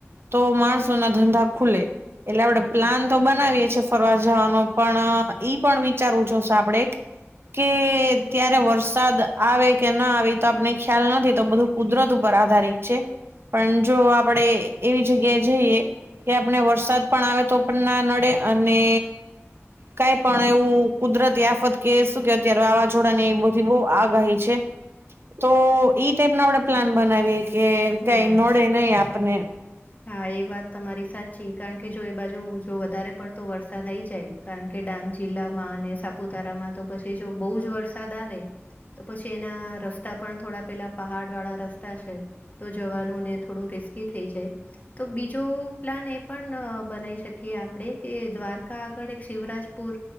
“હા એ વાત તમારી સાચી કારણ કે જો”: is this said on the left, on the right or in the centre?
Left